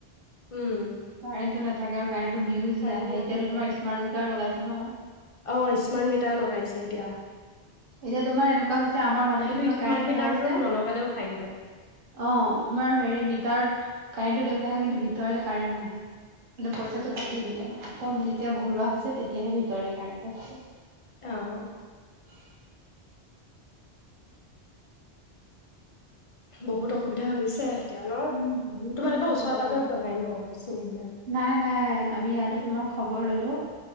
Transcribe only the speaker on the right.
কাৰেণ্টটো না আগাৰ কাৰেণ্টৰ বিলো যি
আহে
এতিয়া তোমাৰ ৰ্মাৰ্ট মিটাৰ লগাইছে। হ ন'
এতিয়া তোমাৰ এনেকুৱা হৈছে আমাৰ মাজতে
তোমাৰ
কাৰেণ্ট নিখা
হৈ গৈছে
অ' তোমাৰ হেৰি মিটাৰত কাৰেণ্টটো দেখুৱাইাওঁ কিন্তু ভিতৰলৈ কাৰেণ্ট নাহাই মানে পইচাটো
কাটি দিলে। কম যেতিয়া ভৰোৱা হৈছে তেতিয়াহে ভিতৰলে কাৰেণ্টটো আছে। <inaudible>
উম বহুত
অ নকবা
আৰু।
নাই নাই আমি ইয়াতো তোমাৰ খবৰ ললো।